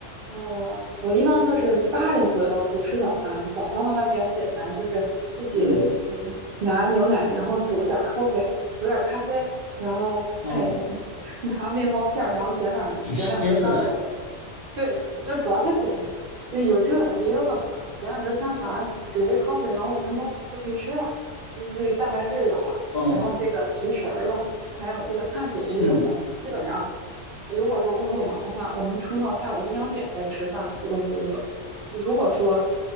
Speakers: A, on the right; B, on the left.
A: 呃，我一般就是八点左右就吃早饭。早饭的话比较简单，就是自己嗯拿牛奶，
B: 嗯，
A: 然后煮点儿 coffee，煮点儿咖啡，然后哎
B: 哦，
A: <laughs> 拿面包片儿，然后卷两卷两根儿香肠，
B: 比西式的，
A: 对，就是这主要它简单有热的也有冷的，捡两根香肠儿，煮一个 coffee，然后五分钟就可以吃了，这有蛋白质有了，
B: 哦，
A: 然后这个提神儿了，还有这个碳水也有了。
B: 嗯，
A: 基本上，如果说工作忙的话，我能撑到下午一两点再吃饭，我都不饿。如果说，